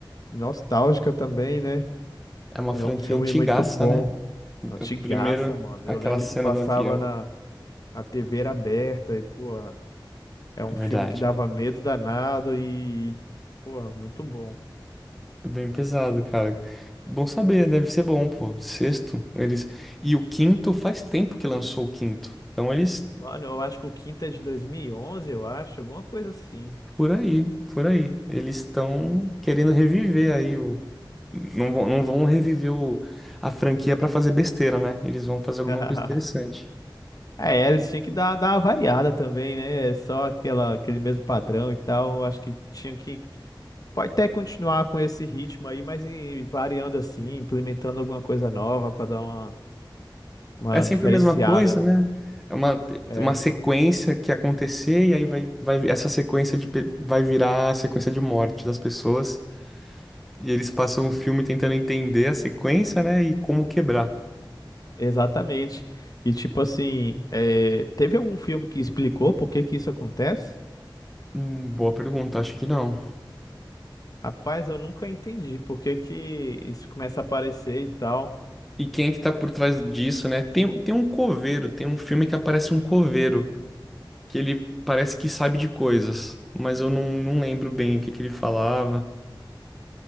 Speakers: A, on the left; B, in the centre.
A: nostálgica também, né?
B: É uma
A: É
B: franquia
A: um filme
B: antigaça,
A: muito bom.
B: né?
A: É antigaça,
B: O primeiro,
A: mano.
B: aquela
A: Eu lembro
B: cena
A: que passava
B: do avião.
A: na, na TV era aberta e, pô, é um
B: É verdade.
A: filme que dava medo danado e, pô, muito bom.
B: É bem pesado, cara. Bom saber, deve ser bom, pô. Sexto, eles. E o quinto faz tempo que lançou o quinto. Então eles
A: Mano, eu acho que o quinto é de 2011, eu acho, alguma coisa assim.
B: Por aí, por aí. Eles estão querendo reviver aí o. Não vão, não vão reviver o... a franquia para fazer besteira, né? Eles vão fazer alguma
A: <laughs>
B: coisa interessante.
A: É, eles tinham que dar, dar uma variada também, né? É Só aquela, aquele mesmo padrão e tal. eu Acho que tinha que. Pode até continuar com esse ritmo aí, mas em- variando assim, implementando alguma coisa nova pra dar uma, uma
B: É sempre
A: diferenciada.
B: a mesma coisa, né? É uma,
A: É,
B: uma sequência que acontecer e aí vai, vai essa sequência de pe- vai virar a sequência de morte das pessoas. E eles passam o filme tentando entender a sequência, né? E como quebrar.
A: exatamente. E tipo assim, é, teve algum filme que explicou por que que isso acontece?
B: Hum, boa pergunta, acho que não.
A: Rapaz, eu nunca entendi por que que isso começa a aparecer e tal.
B: E quem é que tá por trás disso, né? Tem, tem um coveiro, tem um filme que aparece um coveiro, que ele parece que sabe de coisas, mas eu não, não lembro bem o que que ele falava.